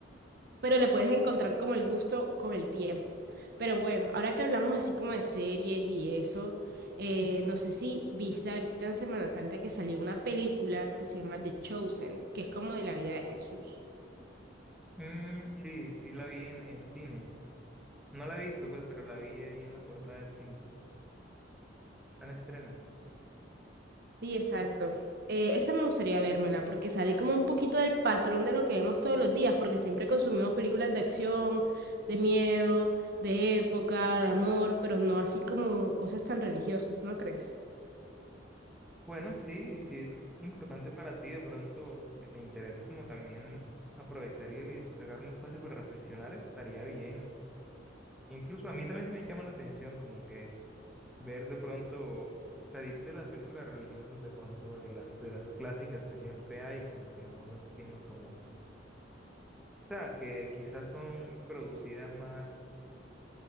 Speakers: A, on the right; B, in the centre.
A: pero le puedes encontrar como el gusto con el tiempo. Pero bueno, ahora que hablamos así como de series y eso, eh, no sé si viste ahorita en Semana Santa que salió una película que se llama The Chosen, que es como de la vida de Jesús.
B: Mm, sí, sí la vi en, en cine. No la he visto, pues, pero la vi ahí en la portada del cine, sí. Está en estreno.
A: Sí, exacto. Eh, esa me gustaría vérmela porque sale como un poquito del patrón de lo que vemos todos los días, porque siempre consumimos películas de acción, de miedo, de época, de amor, pero no así como cosas tan religiosas, ¿no crees?
B: Bueno, sí, sí es importante para ti, de pronto, si te interesa como también aprovechar y y sacar un espacio para reflexionar, estaría bien. Incluso a mí también me llama la atención como que ver de pronto, salir de las películas religiosas, de pronto de las, de las clásicas que siempre hay, como que no, no tienen como, o sea, que quizás son producidas más